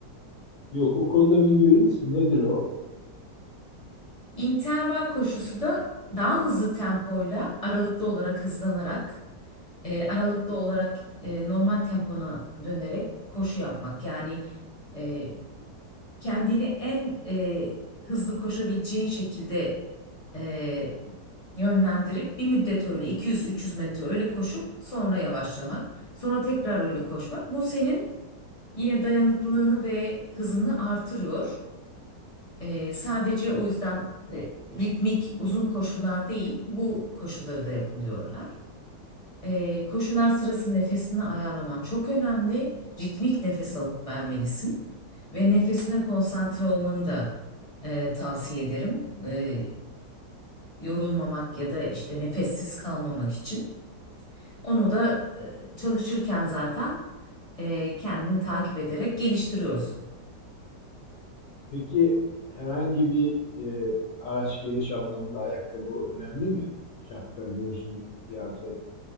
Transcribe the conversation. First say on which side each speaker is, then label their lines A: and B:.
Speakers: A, on the left; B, on the left.
A: Yok o konuda bilgi verir misin? Nedir o?
B: İnterval koşusu da daha hızlı tempoyla aralıklı olarak hızlanarak, e, aralıklı olarak e, normal tempona dönerek koşu yapmak. Yani e, kendini en e, hızlı koşabileceğin şekilde e, yönlendirip bir müddet öyle 200-300 metre öyle koşup sonra yavaşlamak, sonra tekrar öyle koşmak. Bu senin yine dayanıklılığını ve hızını artırıyor. Ee, sadece o yüzden e, ritmik uzun koşular değil, bu koşuları da yapın diyorlar. Ee, koşular sırası nefesini ayarlaman çok önemli. Ritmik nefes alıp vermelisin ve nefesine konsantre olmanı da e, tavsiye ederim. Ee, yorulmamak ya da işte nefessiz kalmamak için. Onu da e, çalışırken zaten e, kendini takip ederek geliştiriyorsun.
A: Peki herhangi bir e, araç geliş anlamında ayakkabı önemli mi? Şapka, gözlük, kıyafet.